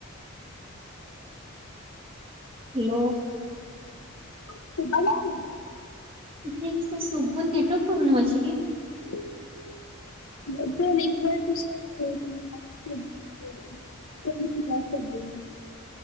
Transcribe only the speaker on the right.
ହ୍ୟାଲୋ।
ଠିକ ସେ ଶୁଭୁନି ନେଟୱର୍କ ପ୍ରୋବେଲମ ଅଛି କି?